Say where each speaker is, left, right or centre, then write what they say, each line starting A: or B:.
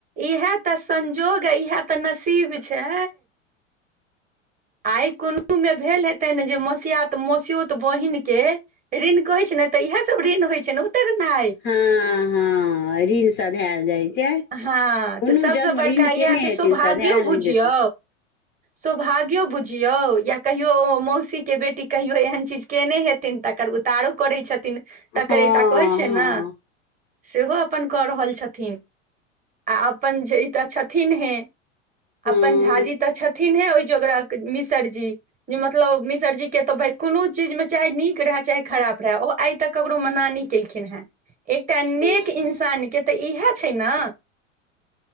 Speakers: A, on the right; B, on the left.
A: इएह तऽ संजोग आ इह तऽ नसीब छै आइ कोनो मे भेल हेतै ने जे मसआात मसियोत बहिनक के ऋण कहै छै ने तऽ इएहे सब ऋण होइ छै ने उतेरना
B: हँ हँ ऋण सधायल जाइ छै
A: हँ
B: कोनो
A: तऽ सबस
B: जन्म
A: बड़का
B: ऋण केने
A: इएह छै
B: हेथिन
A: सौभाग्यो
B: सधायल
A: बुझियौ
B: नहि जेतै
A: सौभाग्यो बुझियौ या कहियो मौसीक के बेटी कहियो एहन चीज केने हेथिन तकर उतारो करै छथिन तकर
B: हँ
A: एकटा कहै छै
B: हँ
A: ने
B: हँ
A: सेहो अपन कऽ रहल छथिन आ अपन ई तऽ छथिन हे
B: हूँ
A: अपन झााजी तऽ छथिन हे ओहि जोगर मिसर जी जे मतलब मिसरजी केत भाय कोनो चीज में चाहे नीक रहै चाहे खराब रहै ओ आइ तक ककरो मना नहि केलखिन हेँ एकटा नेक
B: नहि
A: इंसान के त इहे छै ने